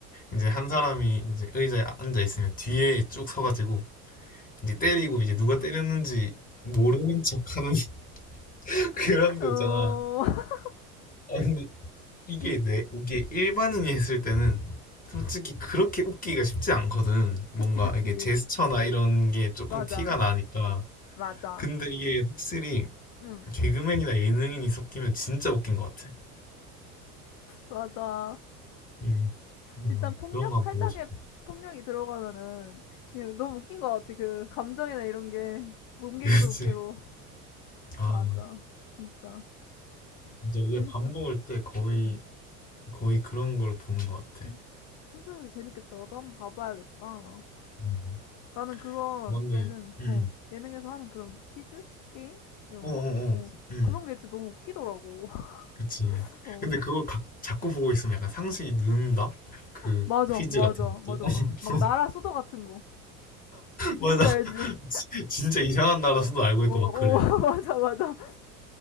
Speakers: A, on the left (about 20°); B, on the left (about 45°).
A: 이제 한 사람이 이제 의자에 앉아 있으면 뒤에 쭉 서가지고 이제 때리고 이제 누가 때렸는지 모르는 척하는 <laughs> 그런 거
B: 음음어어어음
A: 있잖아. 아 근데 이게 내 이게 일반인이 했을 때는 솔직히 그렇게 웃기가 쉽지 않거든. 뭔가
B: <laughs> 그치 그치
A: 이게 제스처나 이런 게 조금
B: 맞아
A: 티가 나니까.
B: 맞아
A: 근데 이게 확실히
B: 음
A: 개그맨이나 예능인이 섞이면 진짜 웃긴 것 같아.
B: 맞아
A: 음, 음,
B: 일단 폭력
A: 그런 거
B: 살짝의
A: 보고 싶어. <laughs>
B: 폭력이 들어가면은 그냥 너무 웃긴 것 같아 그 감정이나 이런 게 몸개그도
A: 그렇지.
B: 웃기고
A: 아,
B: 맞아 진짜
A: 이제 이게
B: 재밌다
A: 밥 먹을 때 거의,
B: 음.
A: 거의 그런 걸 보는 것 같아.
B: 음, 신서유기 재밌겠다. 나도 한번 봐봐야겠다.
A: 음,
B: 나는 그런
A: 맞네.
B: 예능,
A: 응,
B: 어,
A: 응.
B: 예능에서 하는 그런 퀴즈? 게임? 이런
A: 어, 어,
B: 거? 어,
A: 어. 응,
B: 그런 게 진짜 너무 웃기더라고.
A: 그치.
B: <laughs> 어,
A: 근데 그걸 가, 자꾸 보고 있으면 약간 상식이 는다? 그
B: 맞아,
A: 퀴즈
B: 맞아,
A: 같은
B: 맞아,
A: 것들. <laughs>
B: 맞아. 막 나라 수도 같은 거. 뭔지
A: 맞아. <laughs>
B: 알지?
A: 진- 짜 이상한 나라
B: 어, 어,
A: 수도 알고 있고 막 그래.
B: 어, <laughs> 맞아, 맞아,